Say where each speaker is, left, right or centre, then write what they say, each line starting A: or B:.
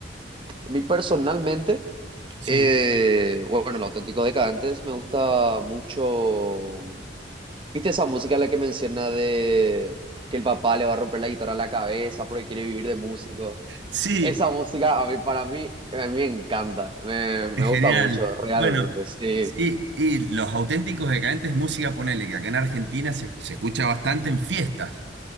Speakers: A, on the right; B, on the right.
A: a mí personalmente,
B: sí.
A: eh, bueno, Los Auténticos Decadentes me gusta mucho ¿Viste esa música la que menciona de que el papá le va a romper la guitarra a la cabeza porque quiere vivir de músico?
B: Sí,
A: Esa música a mí, para mí, a mí me encanta, me, me
B: Es
A: gusta
B: genial.
A: mucho, realmente,
B: Bueno,
A: sí.
B: sí, y los auténticos decadentes, música, ponele, que acá en Argentina se, se escucha bastante en fiestas.